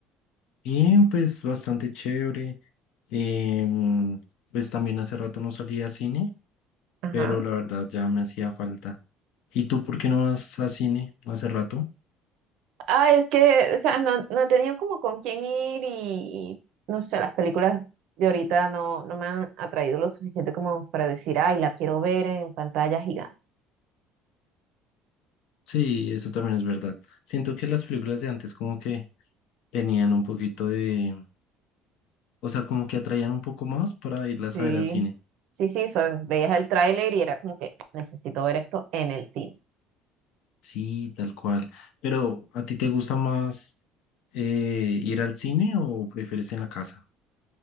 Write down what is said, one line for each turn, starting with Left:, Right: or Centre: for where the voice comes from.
Left: Bien, pues bastante chévere. Em, pues también hace rato no salía a cine,
Right: Ajá.
Left: pero la verdad ya me hacía falta. ¿Y tú por qué no vas a cine hace rato?
Right: Ah, es que, o sea, no, no he tenido como con quién ir y, no sé, las películas de ahorita no, no me han atraído lo suficiente como para decir, ay, la quiero ver en pantalla gigante.
Left: Sí, eso también es verdad. Siento que las películas de antes como que tenían un poquito de, o sea, como que atraían un poco más para irlas
Right: Sí.
Left: a ver a cine.
Right: Sí, sí, o sea, veías el tráiler y era como que necesito ver esto en el cine.
Left: Sí, tal cual. Pero, ¿a ti te gusta más eh, ir al cine o prefieres en la casa?